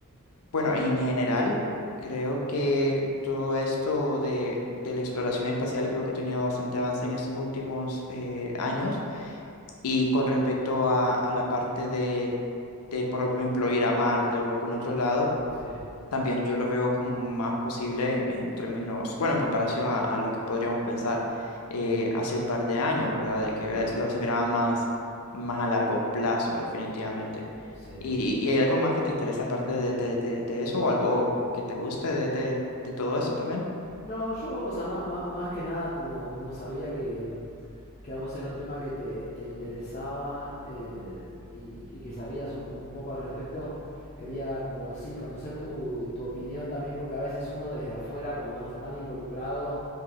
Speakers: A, on the left; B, on the left.
A: bueno, en general... Creo que todo esto de, de la exploración espacial creo que ha tenido bastante avance en estos últimos eh, años y con respecto a, a la parte de, de, por ejemplo, ir a Marte o algún otro lado,
B: sí.
A: también yo lo veo como más posible en, en términos, bueno, en comparación a, a lo que podríamos pensar eh, hace un par de años, ¿verdad?
B: Mm,
A: De que es- lo, se miraba más, más a largo plazo, definitivamente.
B: sí.
A: ¿Y, y hay algo más que te interese aparte de, de, de, de eso o algo que te guste de, de, de todo eso también?
B: No, yo, o sea, ma- ma- más, que nada, como, como sabía que, que a vos era un tema que te, te interesaba eh, y, y que sabías un, po- un poco al respecto, quería como sí, conocer tu, tu opinión también, porque a veces uno desde afuera, cuando no está tan involucrado,